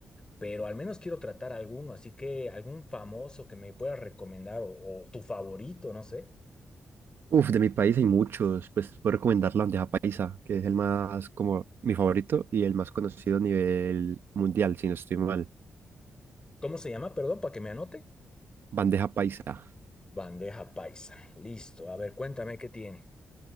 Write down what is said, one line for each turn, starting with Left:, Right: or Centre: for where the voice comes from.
Left: pero al menos quiero tratar alguno, así que algún famoso que me puedas recomendar o, o tu favorito, no sé.
Right: Uf, de mi país hay muchos, pues puedo recomendar la bandeja paisa, que es el más como mi favorito y el más conocido a nivel mundial, si no estoy mal.
Left: ¿Cómo se llama? Perdón, para que me anote.
Right: Bandeja paisa.
Left: Bandeja paisa. Listo. A ver, cuéntame qué tiene.